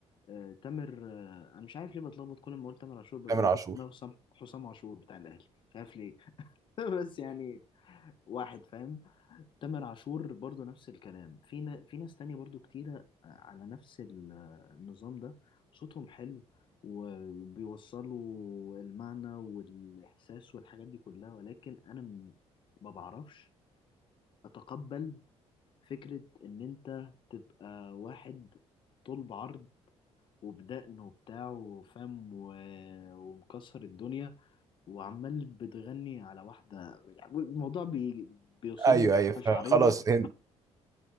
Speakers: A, on the left (about 45°); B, on the right (about 30°).
A: آه، تامر آه، انا مش عارف ليه بتلخبط كل ما اقول تامر عاشور بقى
B: تامر
A: بيجي
B: عاشور
A: في دماغي حسام حسام عاشور بتاع الاهلي مش عارف ليه <laughs> بس يعني واحد فاهم تامر عاشور برضو نفس الكلام في نا- في ناس تانية برضو كتيرة آه، على نفس ال- آه، النظام ده صوتهم حلو وبيوصلوا المعنى والإحساس والحاجات دي كلها ولكن أنا م- ما بعرفش أتقبل فكرة إن أنت تبقى واحد طول بعرض وبدقنه وبتاع وفم و... ومكسر الدنيا وعمال بتغني على واحدة يعني الموضوع بي... بيصيبني
B: ايوه ايوه
A: قشعريرة
B: ف- خلاص هند